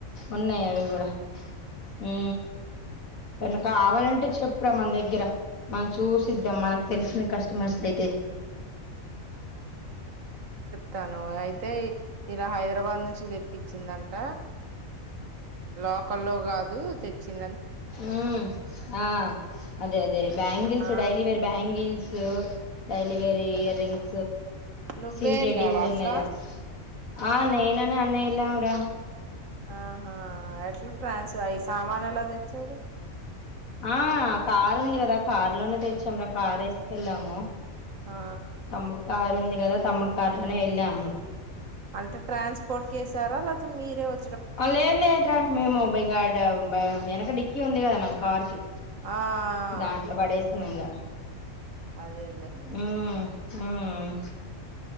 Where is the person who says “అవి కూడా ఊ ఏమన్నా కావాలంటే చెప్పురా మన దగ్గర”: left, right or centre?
Left